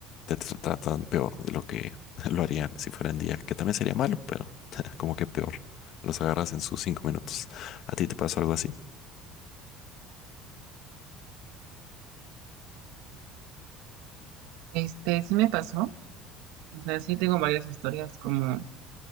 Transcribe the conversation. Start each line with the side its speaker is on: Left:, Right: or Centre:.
Left: te tr- tratan peor de lo que <laughs> lo harían si fueran día, que también sería malo, pero <laughs> como que peor. Los agarras en sus cinco minutos. ¿A ti te pasó algo así?
Right: Este, sí me pasó, o sea, sí tengo varias historias como